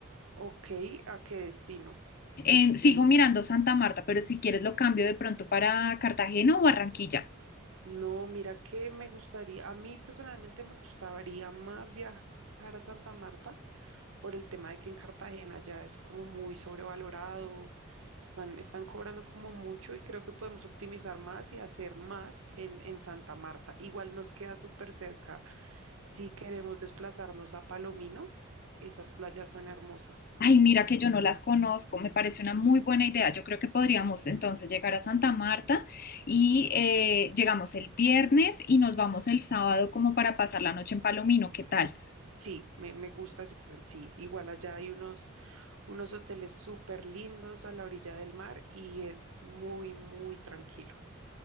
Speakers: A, on the right; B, on the left.
A: Ok, ¿a qué destino?
B: En- sigo mirando Santa Marta, pero si quieres lo cambio de pronto para Cartagena o Barranquilla.
A: No, mira que me gustaría, a mí personalmente me gustaría más viajar a Santa Marta por el tema de que en Cartagena ya es como muy sobrevalorado, están, están cobrando como mucho y creo que podemos optimizar más y hacer más en, en Santa Marta. Igual nos queda súper cerca Si queremos desplazarnos a Palomino, esas playas son hermosas.
B: Ay, mira que yo no las conozco. Me parece una muy buena idea. Yo creo que podríamos entonces llegar a Santa Marta y eh, llegamos el viernes y nos vamos el sábado como para pasar la noche en Palomino. ¿Qué tal?
A: Sí, me, me gusta ese plan. Sí, igual allá hay unos, unos hoteles súper lindos a la orilla del mar y es muy, muy tranquilo.